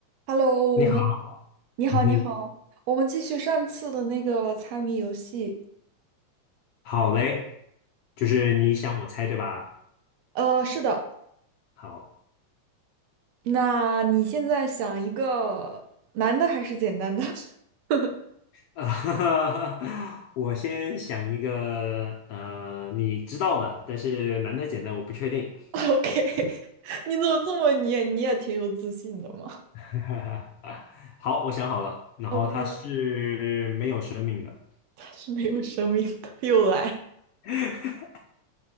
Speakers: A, on the right (about 70°); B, on the left (about 70°).
A: Hello，
B: 你好，
A: 我们
B: <laughs>
A: 你好，
B: 嗯哼，
A: 你好，我们继续上次的那个猜谜游戏。
B: 好嘞，就是你想我猜对吧？
A: 呃，是的，
B: 好，
A: 那你现在想一个难的还是简单的 <laughs>
B: 呃，<laughs> 我先想一个，呃，你知道的，但是难的简单我不确定。
A: ？OK，<laughs> 你怎么这么你也你也挺有自信的嘛
B: <laughs> 好，我想好了，然后它是没有生命的，
A: ？OK，<laughs> 它是没有生命的，又来，
B: <laughs>